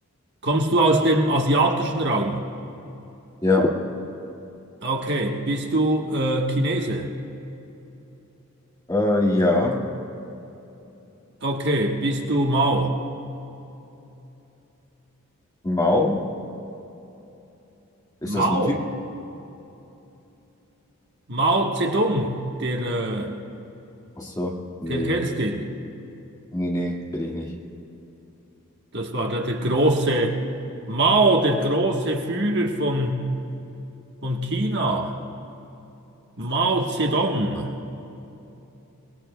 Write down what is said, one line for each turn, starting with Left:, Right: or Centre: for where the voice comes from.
Right: Kommst du aus dem asiatischen Raum?
Left: Ja,
Right: Okay, bist du äh, Chinese?
Left: äh, ja.
Right: Okay, bist du Mao?
Left: Mao? Ist
Right: Mao?
Left: das ein Typ?
Right: Mao Zedong, der, äh,
Left: Ach so. Nee,
Right: ke- kennst den?
Left: nee, nee, bin ich nicht.
Right: Das war der, der große, Mao, der große Führer von, von China. Mao Zedong.